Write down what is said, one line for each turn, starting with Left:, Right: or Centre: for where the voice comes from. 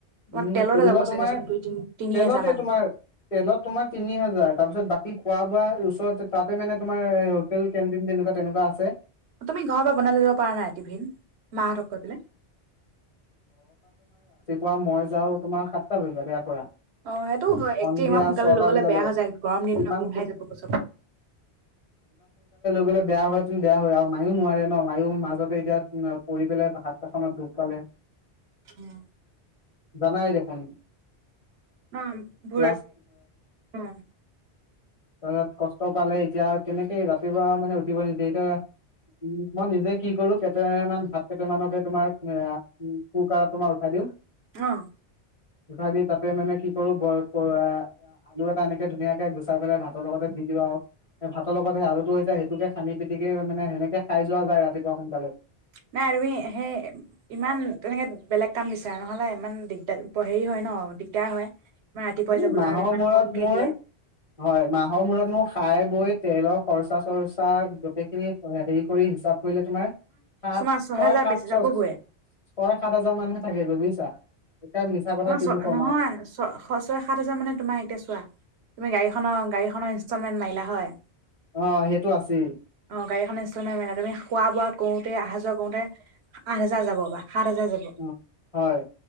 Right: তোমাৰ
Left: উম
Right: তেলতে
Left: ষোল্ল
Right: যাব
Left: তোমাৰ
Right: চাগেচোন দুই তিনি তিনি
Left: তেলতে
Right: হোজাৰ মান
Left: তোমাৰ তেলত তোমাৰ তিনি হাজাৰ তাৰপিছত বাকী খোৱা বোৱা ওচৰত তাতে মানে তোমাৰ হোটেল কেণ্টিন তেনেকুৱা তেনেকুৱা আছে
Right: তুমি ঘৰৰ পৰা বনাই লৈ যাব পাৰা নাই টিভিন মাহঁতক কৈ পাই
Left: পুৱা মই যাওঁ তোমাৰ সাতটা বজাত ইয়াৰ পৰা
Right: অ সেইটো হয়
Left: সন্ধিয়া
Right: একদিন ইমান সোনকালে
Left: ছটা
Right: লৈ গলে
Left: বজালৈ
Right: বেয়া হৈ যায় গৰম দিনটো
Left: ইমান
Right: গোন্ধাই যাব গচৰ
Left: লে বেয়া হয় পন্তু বেয়া হয় আৰু মায়ো নোৱাৰে ন মায়ও মাজতে এতিয়া পৰি পেলাই ভাত এখনত দুখ পালে
Right: উম
Left: জাই দেখোন
Right: অ ভ
Left: ক্লাছ
Right: অ
Left: তাৰপিছত কষ্ট পালে এতিয়া কেনেকে ৰাতিপুৱা মানে উঠিব নিদিয়ে এতিয়া উ মই নিজে কি কৰো কেইটামান ভাত কেইটামানকে তোমাৰ কুকাৰত তোমাৰ উঠাই দিওঁ
Right: অ
Left: উফাৰ দি তাতে মানে কি কৰো ব আলু এটা এনেকে ধুনীয়াকে গুচাই পেলাই ভাতৰ লগতে দি দিওঁ আৰু ভাতৰ লগত সেই আলুটো হৈ যায় সেইটোকে খানি পিটিকে মানে সেনেকে খাই যোৱা যায় ৰাতিপুৱা সোনকালে
Right: নাই তুমি সেই ইমান তেনেকে বেলেগ কাম বিচাৰা নহলে ইমান দিগদাৰ হেৰি হয় ন দিগদাৰ হয়। ইমান ৰাতিপুৱাই
Left: উ
Right: যাবলৈ
Left: মাহৰ
Right: আৰু ইমান
Left: মৰত
Right: কমকে
Left: মোৰ
Right: দিয়ে।
Left: হয় মাহৰ মূৰত মোক খাই বৈ তেলৰ খৰ্চা চৰ্চা গোটেইখিনি হেৰি কৰি হিচাপ কৰিলে তোমাৰ সাত
Right: তোমাৰ ছহেজাৰ
Left: ছয় সাত
Right: বেছি
Left: ছয়
Right: যাবগৈয়ে
Left: ছয় সাত হাজাৰ মানুহে থাকে গৈ বুজিছা এতিয়া মিছা কথা
Right: তোমাৰ
Left: কিনো
Right: ছ
Left: কম
Right: নহয়
Left: আৰু।
Right: ছ ছয় সাত হাজাৰ মানে তোমাৰ এতিয়া চোৱা তুমি গাড়ী গাড়ীখনৰ ইনষ্টলমেন্ট মাৰিলা হয়
Left: অ সেইটো আছেই
Right: অ গাড়ীখনে ইনষ্টলমেন মাৰিলা তুমি খোৱা বোৱাত কৰোতে অহা যোৱা কৰোতে আঠ হাজাৰ যাব বা সাত হজাৰ যাব
Left: অ', হয়